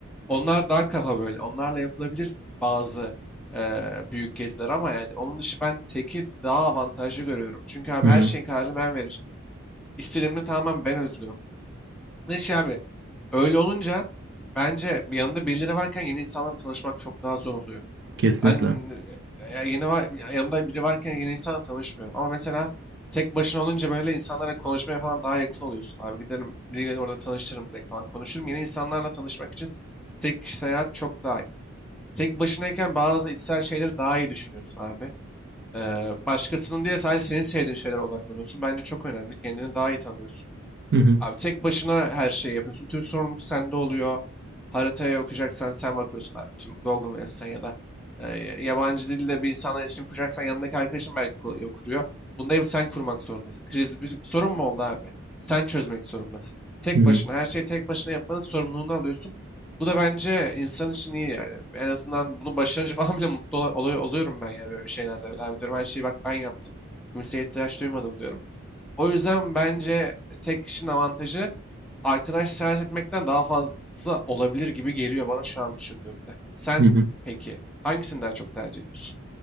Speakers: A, in the centre; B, on the right (about 50°).
A: Onlar daha kafa böyle. Onlarla yapılabilir bazı eee, büyük geziler ama yani onun dışı ben teki daha avantajlı görüyorum. Çünkü abi
B: Hı hı.
A: her şeyin kararını ben vereceğim. İstediğimde tamamen ben özgürüm. Ne şey abi öyle olunca bence bir yanında birileri varken yeni insanlarla tanışmak çok daha zor oluyor.
B: Kesinlikle.
A: Ben
B: Hı
A: e, ya yeni var, yanımda biri varken yeni insanla tanışmıyorum. Ama mesela tek başına olunca böyle insanlarla konuşmaya falan daha yakın oluyorsun. Abi giderim biriyle orada tanışırım direkt falan konuşurum. Yeni insanlarla tanışmak için tek kişi seyahat çok daha iyi. Tek başınayken bazı içsel şeyleri daha iyi düşünüyorsun abi. Ee, başkasının diye sadece senin sevdiğin şeylere odaklanıyorsun. Bence çok önemli. Kendini daha iyi tanıyorsun.
B: hı.
A: Abi tek başına her şeyi yapıyorsun. Tüm sorumluluk sende oluyor. Haritaya okuyacaksan sen bakıyorsun abi. Tüm Google Maps'ten ya da e, yabancı dilde bir insanla iletişim kuracaksan yanındaki arkadaşın belki ku- kuruyor. Bunda hep sen kurmak zorundasın. Kriz bir, bir sorun mu oldu abi? Sen çözmek zorundasın. Tek
B: Hı hı.
A: başına her şeyi tek başına yapmanın sorumluluğunu alıyorsun. Bu da bence insan için iyi yani. En azından bunu başarınca <laughs> falan bile mutlu ol- oluyor- oluyorum ben ya böyle şeylerde bile. Abi diyorum her şeyi bak ben yaptım. Kimseye ihtiyaç duymadım diyorum. O yüzden bence tek kişinin avantajı arkadaş seyahat etmekten daha fazla olabilir gibi geliyor bana şu an düşündüğümde. Sen
B: Hı hı.
A: peki hangisini daha çok tercih ediyorsun?